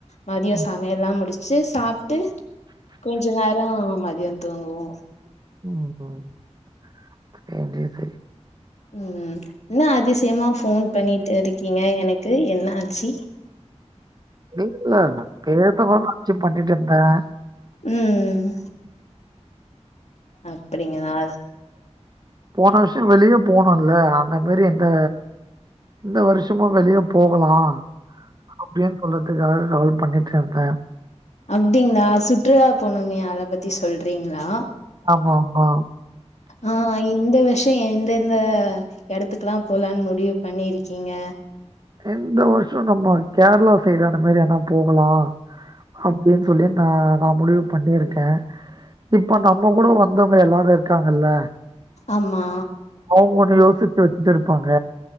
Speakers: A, on the left; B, on the right.
A: மதிய
B: ம்,
A: சாமையல்லாம் முடிச் சர் சாப்பிட்டு கொஞ்ச நேரம் மதியம் தூங்குவோம்
B: உஹம் <unintelligible>
A: உம் என்ன அதிசயமா போன் பண்ணிட்டு இருக்கீங்க எனக்கு என்ன ஆச்சி
B: இல்லல பேச <unintelligible> பண்ணிட்டு இருந்தேன்
A: உம் அப்படிங்கலா
B: போன வருஷம் வெளியே போனும்ல அந்த மாரி இந்த இந்த வருஷமும் வெளிய போகலாம் அப்படின்னு சொல்றதுக்காக கால் பண்ணிட்டு இருந்தேன்
A: அப்டிங்களா சுற்றுலா போனுமே அத பத்தி சொல்றீங்களா
B: ஆமா, ஆமா.
A: ஆஹ் இந்த விஷயம் எந்தந்த இடத்துக்குல்லாம் போலான்னு முடிவு பண்ணிருக்கீங்க
B: இந்த வருஷம் நம்ம கேரளா சைடு அந்த மாதிரி எனா போகலாம் அப்டி <unintelligible> சொல்லி நான் நான் முடிவு பண்ணிருக்கன் இப்ப நம்ம கூட வந்தவங்க எல்லாரும் இருக்காங்கல்ல
A: ஆமா
B: அவங்க ஒன்னு யோசிச்சு வச்சு போங்க